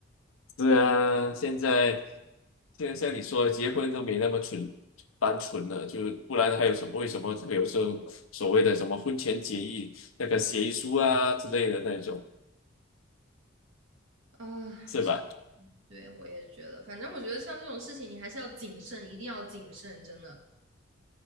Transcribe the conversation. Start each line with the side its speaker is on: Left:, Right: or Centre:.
Left: 是啊，现在现在像你说的，结婚都没那么纯单纯了，就不然还有什么？为什么会有时候所谓的什么婚前协议、那个协议书啊之类的那种，
Right: 啊，
Left: 是吧？
Right: 对，我也觉得，反正我觉得像这种事情，你还是要谨慎，一定要谨慎，真的。